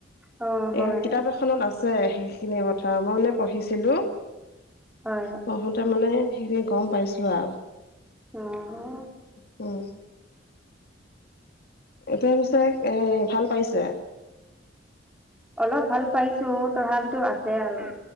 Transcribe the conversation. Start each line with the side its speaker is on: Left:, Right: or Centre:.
Centre: অ হয়
Left: এ কিতাপ এখনত আছে সেইখিনি কথা মই মানে পঢ়িছিলো।
Centre: হয়
Left: পঢ়োতে মানে সেইখিনি গম পাইছো আৰু।
Centre: অঁ'।
Left: উম'। এতিয়া পিছে এ ভাল পাইছে?
Centre: অলপ ভাল পাইছো, তথাপিতো আছে আৰু।